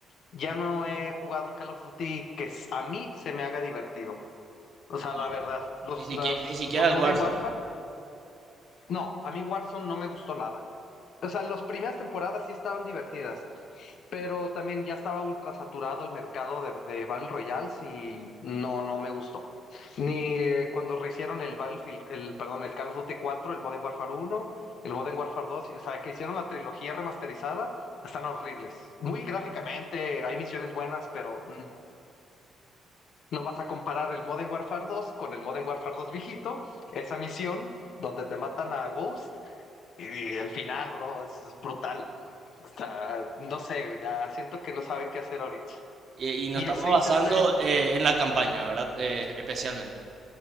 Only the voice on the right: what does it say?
Wow.
Ni siquiera,
ni siquiera
el
Warzone.
Y, y nos
estamos
basando
eh, en la campaña, ¿verdad? Eh, especialmente.